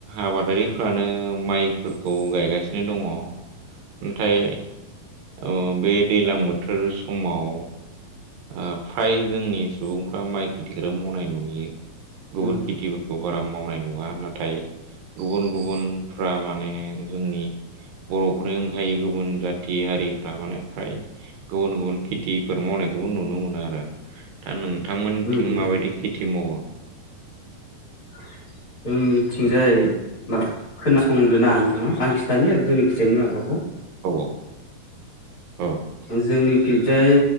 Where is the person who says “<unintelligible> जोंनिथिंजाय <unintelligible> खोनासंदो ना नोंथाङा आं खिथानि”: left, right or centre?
Left